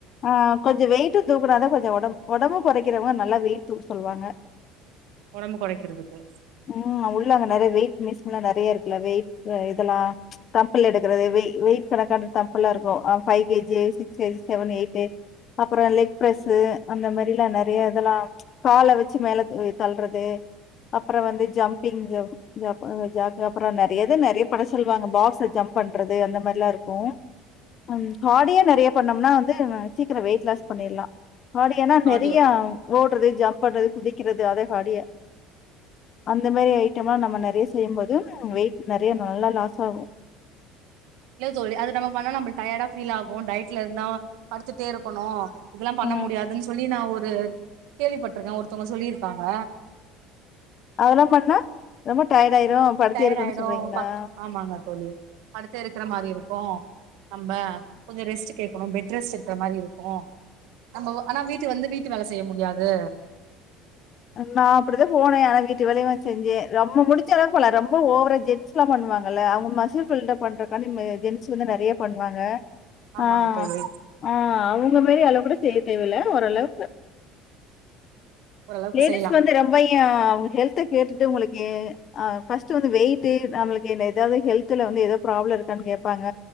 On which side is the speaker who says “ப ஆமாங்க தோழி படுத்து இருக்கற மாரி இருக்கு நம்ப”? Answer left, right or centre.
Right